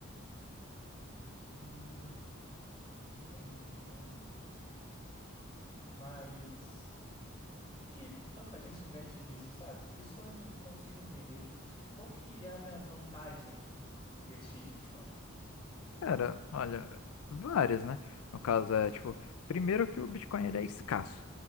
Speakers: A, on the left; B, on the left.
A: Hum, entendi, entendi. Mas por que que tanta gente investe nisso, sabe? Isso que eu não consigo entender. Qual que é a van- vantagem em investir em Bitcoin?
B: Cara, olha, vários, né? No caso, é tipo, primeiro que o Bitcoin ele é escasso.